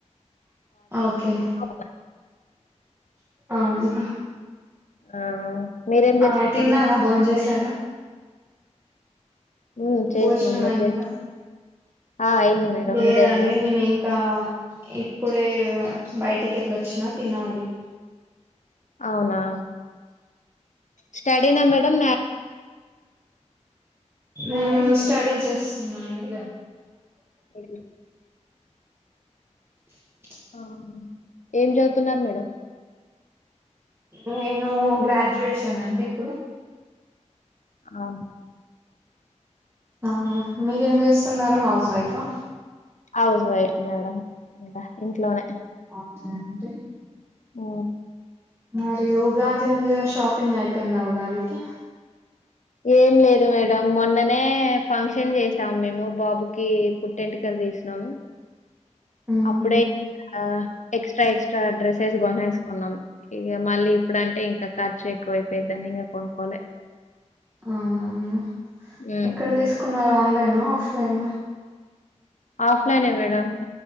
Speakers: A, on the right; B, on the left.
A: ఓకే
B: ఉన్నా
A: అవును
B: ఆ మీరేం చేస్తున్నారు
A: ఆ తిన్నారా
B: మేడం
A: బోంచేసారా
B: మ్ చేసినాం
A: భోజనం
B: మీరు
A: అయిందా
B: చేసి ఆ అయింది మేడం
A: లేదండి
B: మీదయిందా
A: నేను ఇంకా ఇప్పుడే బైటికి వెళ్ళొచ్చినా తినాలి
B: అవునా స్టడీ నా మేడం మ్యాక్
A: ఊ స్టడీ చేస్తుఅండి
B: మ్యారేజ్
A: ఇ
B: ఆ ఏం జదువుతున్నారు మేడం
A: నేను గ్రాడ్యుయేషన్ అండి ఇప్పుడు
B: ఆ
A: అవును మీరేం జేస్తున్నరు హౌస్ వైఫా
B: హౌస్ వైఫ్ మేడం ఇంట్లోనే
A: అీ
B: ఓ
A: మరి ఉగాది ఉందిగా షాపింగ్ అయిపోయిందా ఉగాదికి
B: ఏం లేదు మేడం మొన్ననే ఫంక్షన్ చేసాం మేము బాబుకి పుట్టెంటకలు తీసినాము
A: ఉహు
B: అప్పుడే ఆ ఎక్స్ట్రా ఎక్స్ట్రా డ్రెస్సెస్ కొనేసుకున్నాం ఇక మళ్ళీ ఇప్పుడుంటే ఇంకా ఖర్చు ఎక్కువైపోయిదిని ఇంకా కొనుక్కోలే
A: అవునవును
B: మ్మ్
A: ఎక్కడ తీసుకున్న ఆన్లైన్ ఫలైనా
B: ఆఫ్లైనే మేడం